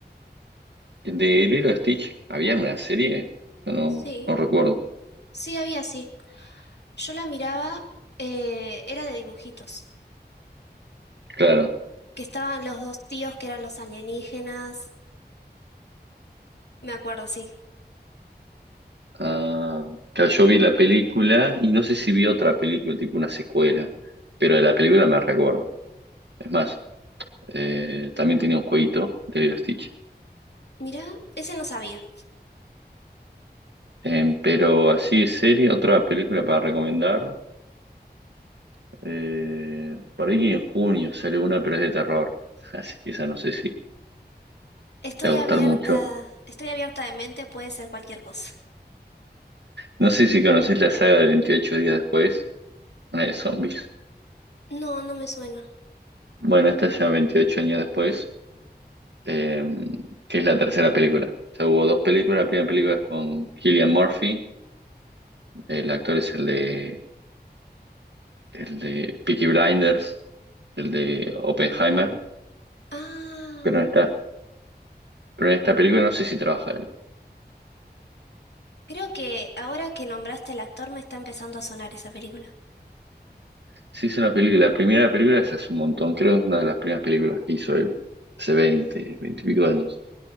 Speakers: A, on the right; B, on the left.
A: De Lilo y Stitch, ¿había una serie? Yo no,
B: Sí,
A: no recuerdo.
B: sí había, sí. Yo la miraba, eh, era de dibujitos,
A: Claro.
B: que estaban los dos tíos que eran los alienígenas, me acuerdo, sí.
A: Ah, claro, yo vi la película y no sé si vi otra película, tipo una secuela, pero de la película me recuerdo. Es más, eh, también tenía un jueguito de Lilo y Stitch.
B: Mirá, ese no sabía.
A: Em, pero así de serie, otra película para recomendar. eh, por ahí que en junio sale una, pero es de terror. <laughs> Así que esa no sé si
B: Estoy
A: te va a
B: abierta,
A: gustar mucho.
B: estoy abierta de mente, puede ser cualquier cosa.
A: No sé si conoces la saga de Veintiocho días después, una de zombies.
B: No, no me suena.
A: Bueno, esta ya 28 años después, eh, que es la tercera película. O sea, hubo dos películas. La primera película es con Cillian Murphy, el actor es el de, el de Peaky Blinders, el de Oppenheimer,
B: Ah,
A: pero en esta, pero en esta película no sé si trabaja él.
B: creo que ahora que nombraste al actor me está empezando a sonar esa película.
A: Sí es una película, la primera película es hace un montón, creo que es una de las primeras películas que hizo él, hace 20, 20 y pico de años.